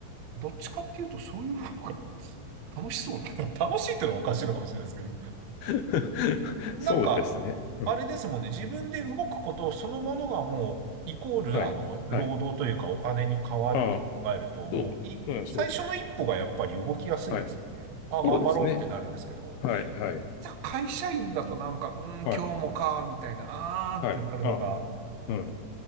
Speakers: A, on the right; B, on the left.
A: どっちかっていうと、そういう方が楽しそうだな。<laughs> 楽しいってのはおかしいのかもしれないですけど。
B: <laughs>
A: なんか、
B: そうですね。うん。
A: あれですもんね。自分で動くことそのものがもう、イコール、
B: はい。
A: あの、労働というかお金に変わるって考えると、
B: はい。ああ、
A: もう、
B: そう。
A: い、
B: うん、
A: 最初の一歩がやっぱり動きやすいですね。
B: そう。はい。
A: あ、
B: そうですね。
A: 頑張ろうってなるんですけど、
B: はい、はい。
A: じゃあ会社員だとなんか、うん、
B: はい。
A: 今日もか、みたいな、あーってなるのが、
B: はい。あ、うん。